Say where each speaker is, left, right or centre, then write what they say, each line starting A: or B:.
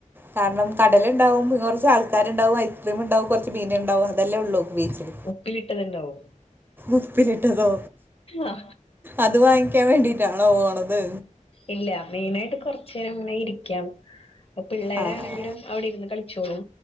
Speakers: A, on the right; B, on the left.
A: കാരണം കടല്ണ്ടാവും പിന്നെ കൊറച്ച് ആൾക്കാര്ണ്ടാവും ഐസ്ക്രീം ഇണ്ടാവും കൊറച്ച് മീന്ണ്ടാവും അതെല്ലേ ഉള്ളൂ ബീച്ചില്
B: ഉപ്പിലിട്ടത് ണ്ടാവും
A: ഉപ്പിലിട്ടതോ
B: ആ
A: അത് വാങ്ങിക്കാൻ വേണ്ടിട്ടാണോ പോണത്
B: ഇല്ല മെയിനായിട്ട് കൊർച്ചേരം ഇങ്ങനെ ഇരിക്കാം പ്പ പിള്ളേരാണെങ്കിലും
A: ആഹ്
B: അവിടെ ഇരുന്ന് കളിച്ചോളും